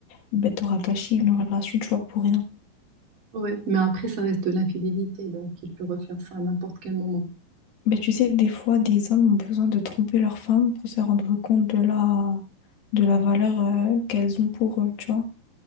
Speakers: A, on the left; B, on the right.
A: ben t'auras gâché une relation, tu vois, pour rien.
B: ouais. Mais après, ça reste de l'infidélité, donc il peut refaire ça à n'importe quel moment.
A: Ben tu sais, des fois, des hommes ont besoin de tromper leur femme pour se rendre compte de la, de la valeur euh, qu'elles ont pour eux, tu vois.